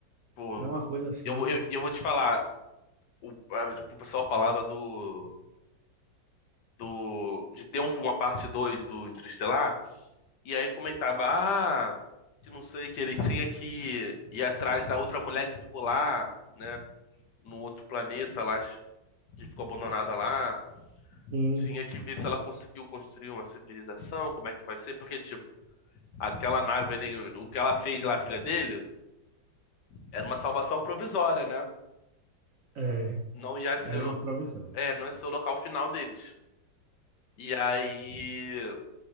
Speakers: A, on the left (about 65°); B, on the right (about 60°).
A: pô,
B: É uma coisa assim.
A: eu, eu, eu vou te falar. O, ah, tipo, o pessoal falava do, do, de ter um, filme uma parte 2 do Interestelar, e aí comentava, ah, que não sei, que ele tinha que ir atrás da outra mulher que ficou lá, né, no outro planeta lá, que ficou abandonada lá.
B: Sim,
A: Tinha que ver se ela conseguiu construir uma civilização, como é que vai ser, porque, tipo, aquela nave ali, o que ela fez lá, a filha dele, era uma salvação provisória, né?
B: é,
A: não ia ser
B: era
A: o, lo-
B: uma proibição.
A: é, não ia ser o local final deles. E aí